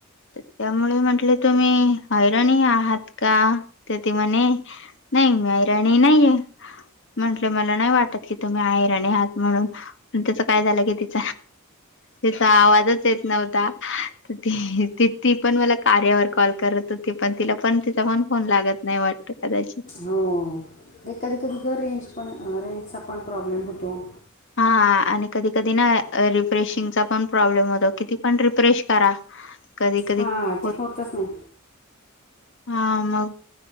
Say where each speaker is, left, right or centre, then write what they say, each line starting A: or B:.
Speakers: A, on the left; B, on the left.
A: त त्यामुळे म्हटले तुम्ही अहिरणी आहात का? त ती म्हणे, नाही, मी ऐराणी नाहीये. म्हंटले मला नाही वाटत की तुम्ही अहिराणी आहात म्हणून. पन त्याचं काय झालं की तिच तिचा आवाजच येत नव्हता. त ती पण मला कार्यावर कॉल करत होती. पण तिला पण तिचा पण फोन लागत नाही वाटत. त कदाचित.
B: हो. नाही, कधी कधी ग रेंज पण, रेंजचा पण प्रॉब्लेम होतो.
A: हा आणि कधी कधी ना रिफ्रेशिंगचा पण प्रॉब्लेम होतो. किती पण रिफ्रेश करा कधी कधी
B: हं, ते
A: होत
B: होतच नाही.
A: हा, मग